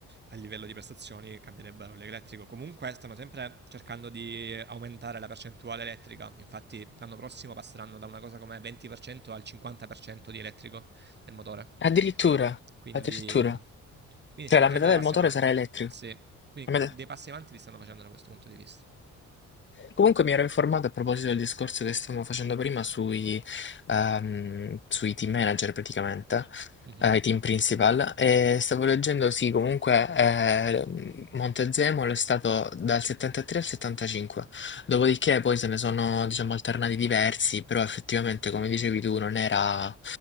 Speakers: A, on the right; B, on the left.
A: a livello di prestazioni, cambierebbero l'elettrico. Comunque, stanno sempre cercando di aumentare la percentuale elettrica. Infatti, l'anno prossimo passeranno da una cosa come 20% al 50% di elettrico nel motore.
B: Addirittura,
A: Quindi,
B: addirittura.
A: quindi
B: Cioè
A: stanno
B: la
A: facendo
B: metà
A: dei
B: del
A: passi
B: motore
A: avanti.
B: sarà elettrico.
A: Sì, quindi
B: La metà-
A: dei passi avanti li stanno facendo da questo punto di vista.
B: Comunque mi ero informato a proposito del discorso che stavamo facendo prima sui, ehm, sui team manager praticamente,
A: Mhm.
B: eh, i team principal, e stavo leggendo, sì, comunque eh, Montezemolo è stato dal 73 al 75, dopodiché poi se ne sono, diciamo, alternati diversi, però effettivamente, come dicevi tu, non era,